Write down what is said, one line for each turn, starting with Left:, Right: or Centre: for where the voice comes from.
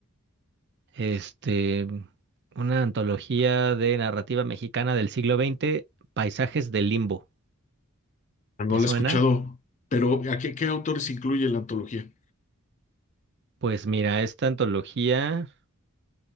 Right: este, una antología de narrativa mexicana del siglo XX, Paisajes del Limbo.
Left: Ah, No
Right: ¿Te
Left: la
Right: suena?
Left: he escuchado, pero ¿a qué, qué autores incluye la antología?
Right: Pues mira, esta antología,